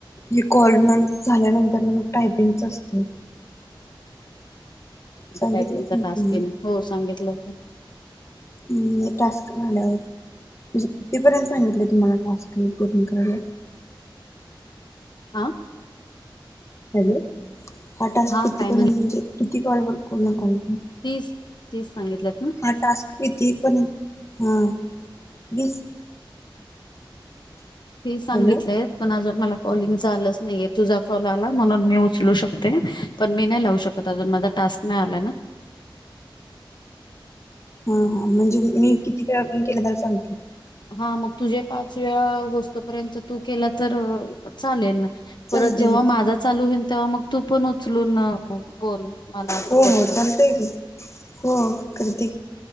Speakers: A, on the left (about 35°); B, on the left (about 60°).
A: हे कॉल न झाल्यानंतर मग टायपिंगच असते सांगितलेच
B: टायपिंगचा
A: नाही
B: टास्क
A: तुम्हाला
B: केल सांगितलं होत.
A: हम् टास्क झाल्यावर म्हणजे कितीपर्यंत सांगितलंय तुम्हाला टास्क पूर्ण करायला?
B: आ?
A: हॅलो हा टास्क
B: हां
A: किती
B: काय
A: पर्यंत
B: म्हण
A: म्हणजे किती कॉल वर पूर्ण कर
B: तीस तीस सांगितल्यात ना?
A: हा टास्क किती पर्यंत हा वीस
B: तीस सांगितलय
A: हॅलो
B: पण अजून मला कॉलिंगच आलंच नाहीेये तुझा कॉल आला म्हणून मी उचलू शकते, पण मी नाही लावू शकत अजून माझा टास्क नाही आला ना.
A: हा हा म्हणजे मी किती वेळा पण केला तर चालतो.
B: हा मग तुझे पाच वेळा होस्तो पर्यंत तू केला तर चालेल ना,
A: चालते
B: परत जेव्हा माझा चालू होईल तेव्हा मग तू पण उचलून बोल मला
A: हो
B: सपोर्ट
A: हो
B: कर.
A: चालतय की हो करती.